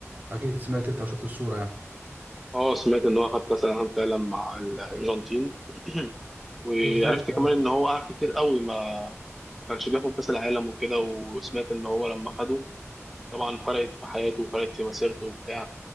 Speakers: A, on the right; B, in the centre.
A: اكيد سمعت انت او شفت الصوره يعني
B: اه سمعت ان هو خد كاس العالم فعلا مع الارجنتين <clears throat> وعرفت
A: بالظبط ايوه
B: كمان ان هو قعد كتير قوي ما ما كانش بياخد كاس العالم وكده وسمعت ان هو لما خده طبعا فرقت في حياته وفرقت في مسيرته وبتاع